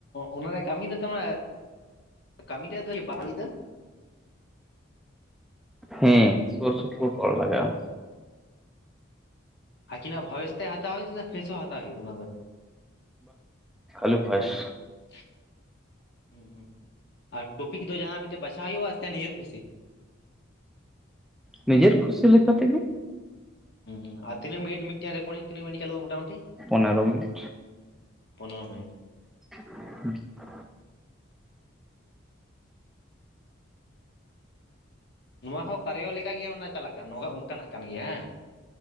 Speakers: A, on the left; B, in the centre.
A: ᱚᱱᱟ ᱨᱮᱭᱟᱜ ᱠᱟᱹᱢᱤ ᱫᱚ ᱛᱟᱢᱟᱨ ᱠᱟᱹᱢᱤ ᱨᱮᱭᱟᱜ ᱫᱚ ᱵᱟᱝ ᱦᱩᱭᱟ
B: ᱦᱮᱸ ᱥᱩᱨ ᱥᱩᱨᱯᱩᱨ ᱠᱚᱲ ᱞᱟᱜᱟᱼᱟ᱾
A: ᱟᱹᱠᱤᱱᱟᱜ ᱵᱷᱚᱭᱮᱥ ᱛᱮ ᱦᱟᱛᱟᱣ ᱦᱩᱭᱩᱜᱼᱟ, ᱥᱮ ᱯᱷᱮᱥ ᱦᱚᱸ ᱦᱟᱛᱟᱣ ᱦᱩᱭᱩᱜᱼᱟ ᱚᱱᱟ ᱫᱚ᱾
B: ᱠᱷᱟᱞᱩ ᱵᱚᱭᱮᱥ
A: ᱦᱩᱸ ᱦᱩᱸ ᱟᱨ ᱴᱚᱯᱤᱠ ᱫᱚ ᱡᱟᱦᱟᱸ ᱢᱤᱴᱟᱝ ᱵᱟᱪᱷᱟᱣ ᱦᱩᱭᱩᱜᱼᱟ᱾ ᱥᱮ ᱱᱤᱡᱮᱨ ᱠᱩᱥᱤ
B: ᱱᱤᱡᱮᱨ ᱠᱷᱩᱥᱤ ᱞᱮᱠᱟᱛᱮᱦᱚ᱾
A: ᱦᱩᱸ ᱦᱩᱸ ᱟᱨ ᱛᱤᱱᱜ ᱢᱤᱱᱴ ᱢᱤᱫᱴᱮᱱ ᱨᱮ ᱠᱚᱨᱝ ᱛᱱᱟᱹ ᱢᱤᱱᱤᱴ ᱪᱟᱞᱩᱜᱼᱟ᱾ ᱢᱚᱴᱟᱢᱩᱴᱤ
B: ᱯᱚᱱᱮᱨᱚ ᱢᱤᱱᱤᱴ
A: ᱯᱚᱱᱮᱨᱚ ᱢᱤᱱᱤᱴ
B: ᱦᱩᱸ᱾
A: ᱱᱚᱣᱟ ᱦᱚᱸ ᱠᱟᱨᱤᱭᱚ ᱞᱮᱠᱟᱜᱮ ᱚᱱᱟ ᱪᱟᱞᱟᱜ ᱠᱟᱱᱟ ᱚᱱᱠᱟᱱᱟᱜ ᱠᱟᱱ ᱜᱮᱭᱟ ᱦᱟᱸ?